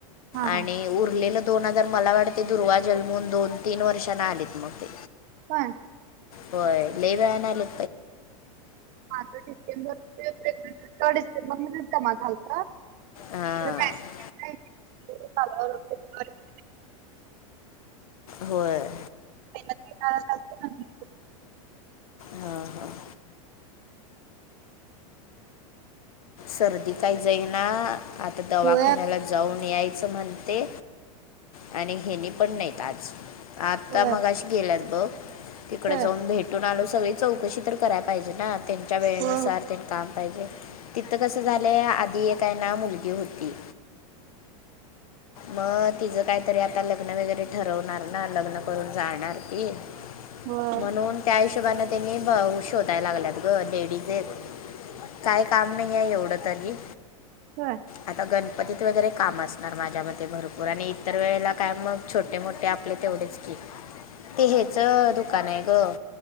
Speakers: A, on the right; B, on the left.
A: हा
B: आणि
A: हा
B: उरलेलं दोन हजार मला वाटते दुर्वा जन्मून दोन तीन वर्षांना आलेत मग ते
A: पण
B: होय ल बा ना ल
A: हा तर डिसेंबर ते प्रें डिसेंबर मर्यंतमा झाालत. <inaudible>
B: हां
A: <inaudible>
B: होय.
A: <inaudible>
B: हां हां. सर्दी काय जाई ना आता दवाखान्याला
A: होय
B: जाऊन यायचं म्हणते. आणि हेनी पण नाईत आज आता
A: होय
B: मगाशी गेल्यात बघ तिकडे
A: होय
B: जाऊन भेट तून आलो सगळी चौकशी तर कराय पाहिजे ना त्यांच्या वेळेनुसार
A: हो
B: तेन काम पाहिजे. तिथं कसं झालंय आधी एक हाय ना मुलगी होती. मग तिचं काहीतरी आता लग्न वगैरे ठरवणार ना लग्न करून जाणार ती
A: व्हय.
B: म्हणून त्या हिशोबाने त्यांनी ब शोधाय लागल्यात ग लेडीज एक. काय काम नाही आहे एवढं तरी
A: व्हय.
B: आता गणपतीत वगैरे काम असणार माझ्या मते भरपूर आणि इतर वेळेला काय मग छोटे मोठे आपले तेवढेच की ते हेच दुकान आहे गं.